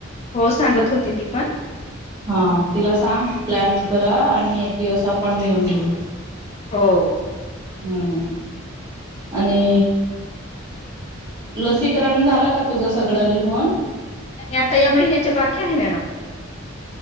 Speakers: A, on the left; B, on the right.
A: हो सांगत होती ती पण
B: हा तिला सांग प्लॅन करा आणि एक दिवस आपण घेऊन घेऊ.
A: हो.
B: हम् आणि लसीकरण झालं का तुझ सगळं लिहून
A: आता या महिन्याच्या बाकी्या आहे मॅड